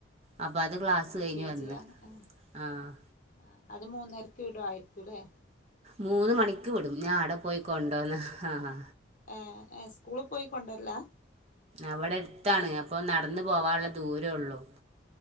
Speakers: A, on the right; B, on the left.
A: അപ്പം അത് ക്ലാസ്സ്
B: എൽ
A: കഴിഞ്ഞ്
B: കെ
A: വന്ന്
B: ജിയാ ആഹ്
A: ആഹ്
B: ആഹ് അത് മൂന്നരക്ക് വീടയിരിക്കുല്ലേ
A: മൂന്ന് മണിക്ക് വിടും ഞാൻ അവിടെ പോയി കൊണ്ടോന്ന് ആഹ്
B: ആഹ് സ്കൂളിൽ പോയിക്കൊണ്ടല്ലാ
A: അവിടെ എടുത്താണ് അപ്പൊ നടന്നു പോവാനുള്ള ദൂരേ ഉള്ളു